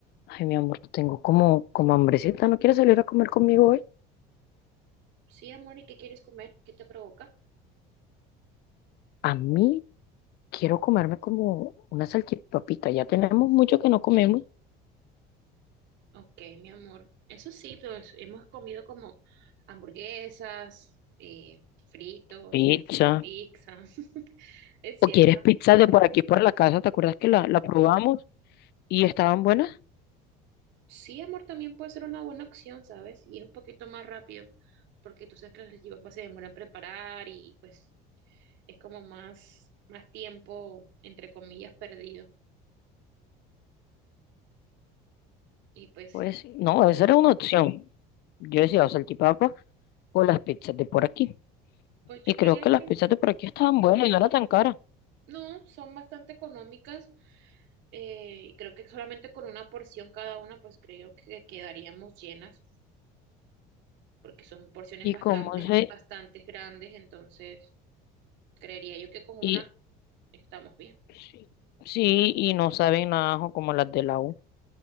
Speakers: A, on the left; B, on the right.
A: Ay, mi amor, tengo como, como hambrecita. ¿No quieres salir a comer conmigo hoy?
B: Sí, amor, ¿y qué quieres comer? ¿Qué te provoca?
A: A mí quiero comerme como una salchipapita. Ya tenemos mucho que no comemos.
B: Ok, mi amor. Eso sí, pero es- hemos comido como hamburguesas, eh, fritos,
A: Pizza.
B: pizza. <laughs> Es cierto.
A: ¿O quieres pizza de por aquí, por la casa? ¿Te acuerdas que la, la probamos y estaban buenas?
B: Sí, amor, también puede ser una buena opción, ¿sabes? Y es un poquito más rápido, porque tú sabes que los chipas se demoran en preparar y pues es como más, más tiempo, entre comillas, perdido. Y pues
A: Pues
B: sí,
A: no, esa era una opción. Yo decía o salchipapa o las pizzas de por aquí.
B: pues yo
A: Y creo
B: creería
A: que las
B: que
A: pizzas de por aquí estaban buenas y no eran tan caras.
B: no, son bastante económicas. eh, y creo que solamente con una porción cada una, pues creo que quedaríamos llenas, porque son porciones
A: Y
B: bastante,
A: como se...
B: bastante grandes, entonces creería yo que con
A: Y
B: una estamos bien.
A: sí, sí, y no saben nada ajo como las de la U.